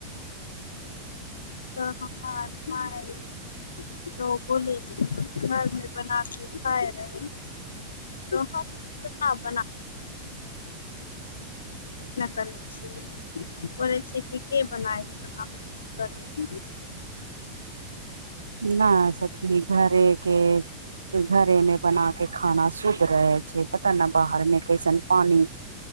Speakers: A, on the left; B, on the right.
A: हम <unintelligible> त बोले छिये घरमे बना <inaudible> तऽ खेबे नहि करै छीयै बोलै छै कि के बनायना मेहनत करू
B: न सखी घरेके घरे मे बना के खाना शुद्ध रहे छै पता न बाहर मे कैसन पानि